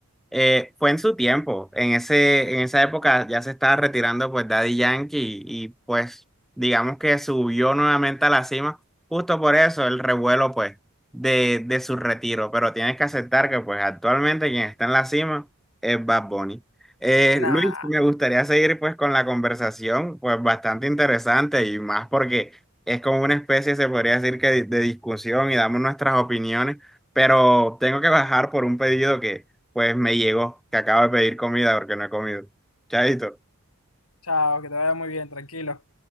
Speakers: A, in the centre; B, on the left.
A: Eh, fue en su tiempo, en ese, en esa época ya se estaba retirando pues Daddy Yankee y, y, pues digamos que subió nuevamente a la cima, justo por eso el revuelo pues de, de su retiro, pero tienes que aceptar que pues actualmente quien está en la cima es Bad Bunny. Eh,
B: Nah,
A: Luis, me gustaría seguir pues con la conversación, pues bastante interesante y más porque es como una especie, se podría decir que de de discusión y damos nuestras opiniones, pero tengo que bajar por un pedido que pues me llegó que acabo de pedir comida porque no he comido. Chaito.
B: chao, que te vaya muy bien, tranquilo.